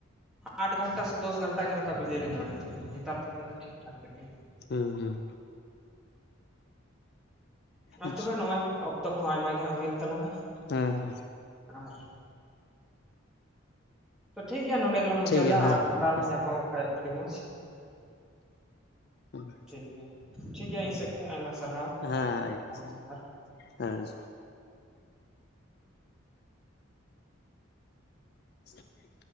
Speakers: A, in the centre; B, on the left.
A: ᱟᱴ ᱜᱷᱚᱱᱴᱟ ᱥᱮ ᱫᱚᱥ ᱜᱷᱚᱱᱴᱟ ᱵᱤᱡᱽᱞᱤ ᱞᱮ ᱧᱟᱢᱮᱫ ᱛᱟᱦᱮᱱᱟ ᱱᱮᱛᱟᱨ ᱫᱚ ᱴᱷᱤᱠ ᱴᱷᱟᱠ ᱜᱮᱭᱟ᱾
B: ᱦᱮᱸ ᱦᱩᱸ᱾
A: ᱟᱨ
B: ᱟᱪᱪᱷᱟ
A: ᱛᱚᱵᱮ ᱱᱚᱜ-ᱚᱭ ᱚᱠᱛᱚ ᱠᱚᱦᱚᱸ ᱟᱭᱢᱟ ᱜᱮ ᱦᱟᱜ ᱦᱩᱭᱮᱱ ᱛᱟᱞᱟᱝᱟ
B: ᱦᱮᱸ ᱦᱮᱸ᱾
A: ᱟᱨ ᱛᱚ ᱴᱷᱤᱠ ᱜᱮᱭᱟ ᱱᱚᱰᱮ ᱜᱮᱞᱟᱝ ᱢᱩᱪᱟᱹᱫᱟ
B: ᱴᱷᱤᱠ ᱜᱮᱭᱟ ᱦᱮᱸ
A: ᱟᱨ ᱫᱚᱲᱟ ᱞᱟᱝ
B: ᱦᱮᱸ
A: ᱧᱟᱯᱟᱢᱚᱜ ᱠᱷᱟᱱ ᱟᱹᱰᱤ ᱢᱚᱸᱡᱽ
B: ᱦᱩᱸ᱾
A: ᱴᱷᱤᱠ ᱴᱷᱤᱠ ᱜᱮᱭᱟ ᱤᱧ ᱥᱮᱫ ᱠᱷᱚᱱ ᱟᱭᱢᱟ ᱥᱟᱨᱦᱟᱣ
B: ᱦᱩᱸ ᱦᱮᱸ
A: ᱡᱚᱦᱟᱨ᱾
B: ᱦᱮᱸ᱾ <inaudible>